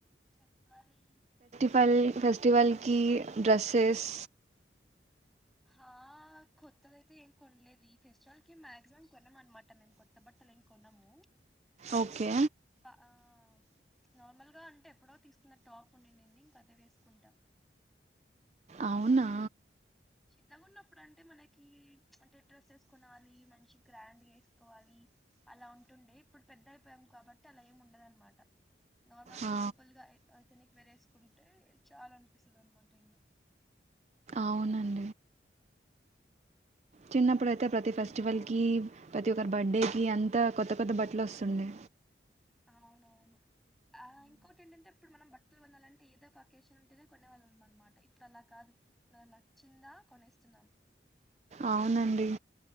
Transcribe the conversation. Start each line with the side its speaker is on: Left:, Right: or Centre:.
Centre: చెప్పాలీ.
Right: ఫల్ ఫెస్టివల్కీ డ్రస్సెస్
Centre: హా కొత్తదైతే ఏం కొన్లేదు ఈ ఫెస్టివల్కి మాక్సిమం కొనమన్మాట మేమ్ కొత్త బట్ త్తలేమ్ కొనమూ
Right: ఓకే
Centre: ప ఆ నార్మల్గా అంటె ఎప్పుడో తీసుకున్న టాపున్నిన్నింది ఇంక అదే వేస్కుంట.
Right: ఔనా.
Centre: చిన్నగున్నప్పుడు అంటె మనకీ ప్చ్ అంటె డ్రెస్సెస్ కొనాలి మంచి గ్రాండ్గేసుకోవాలి. అలా ఉంటుండె ఇప్పుడ్ పెద్దైపోయాం కాబట్టి అలా ఏముండదన్మాట. నార్మల్
Right: ఆ,
Centre: సింపుల్గా ఎ అతనిక్వేరేస్కుంటే చాలన్పిస్తదన్మాటింగ.
Right: ఔనన్
Centre: మ్ ఊమ్.
Right: చిన్నప్పుడైతె ప్రతి ఫెస్టివల్కీ ప్రతి ఒక్కర్ బడ్డే కీ అంతా కొత్త కొత్త బట్లొస్తుండె.
Centre: ఔనవ్ను. ఆ ఇంకోటేంటంటే అప్పుడ్ మనం బట్లు కొనాలంటే ఏదో ఒక అకేషనుంటేనె కొనేవాళ్ళమమ్ అన్మాట ఇప్పుడలా కాదు. న నచ్చిందా కొనేస్తున్నామ్.
Right: ఔనండీ.